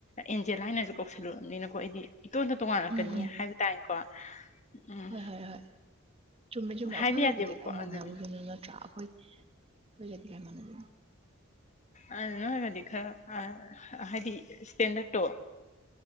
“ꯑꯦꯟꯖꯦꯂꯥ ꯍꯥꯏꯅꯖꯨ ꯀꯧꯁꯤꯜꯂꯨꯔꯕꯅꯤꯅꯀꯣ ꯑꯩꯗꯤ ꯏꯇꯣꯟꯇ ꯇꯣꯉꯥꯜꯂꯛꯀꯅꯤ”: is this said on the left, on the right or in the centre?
Left